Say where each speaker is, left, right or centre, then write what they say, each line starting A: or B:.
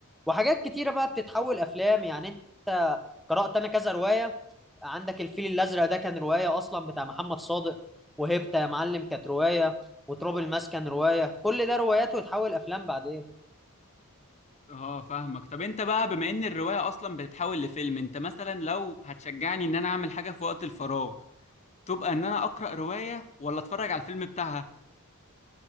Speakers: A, in the centre; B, on the left.
A: وحاجات كتيره بقى بتتحول افلام يعني انت قرات انا كذا روايه عندك الفيل الازرق ده كان روايه اصلا بتاع محمد صادق وهيبتا يا معلم كانت روايه وتراب الماس كان روايه كل ده روايات وتحول افلام بعدين
B: اه فاهمك طب انت بقى بما ان الرواية اصلا بتتحول لفيلم انت مثلا لو هتشجعني ان انا اعمل حاجة في وقت الفراغ تبقى ان انا اقرأ رواية ولا اتفرج على الفيلم بتاعها